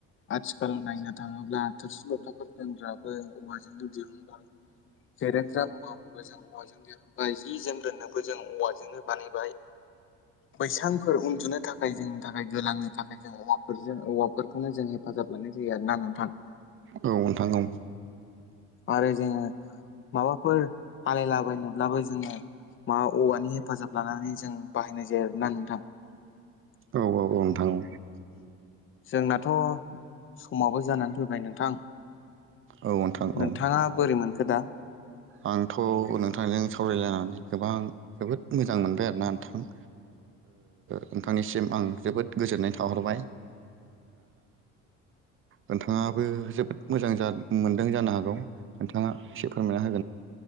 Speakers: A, on the left (about 40°); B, on the right (about 40°).
A: आथिखालाव नायनो थाङोब्ला थोरसि लथाफोर दोनग्राबो औवाजोंनो दिरहुनबाय जेरेग्रा मुवाफोरबो जों औवाजों दिरहुनबाय जि जोम दोननोबो जों औवाजोंनो बानायबाय बैसांफोर उन्दुनो थाखाय जोंनि थाखाय गोलांनो थाखाय जों औवा फोरजों औवाफोरखौनो जों हेफाजाब लानाय जायो आरोना नोंथां।
B: औ नोंथां औ
A: आरो जोङो माबाफोर आलायलाबायनोब्लाबो जोङो मा औवानि हेफाजाब लानानै जों बाहायनाय जायो आरोना नोंथां औ
B: औ औ औ नोंथां औ
A: जोंनाथ' समाबो जानानै फैबाय नोंथां
B: औ नोंथां
A: नोंथांङा
B: औ
A: बोरै मोनखो दा
B: आंथ' नोंथां जों सावरायलायनानै गोबां जोबोद मोजां मोनबाय आरोना नोंथां नोंथांनिसिम आं जोबोद गोजोननाय थाहरबाय नोंथांङाबो जोबोद मोजां मोनदों जानो हागौ नोंथाङा एसे फोरमायना ह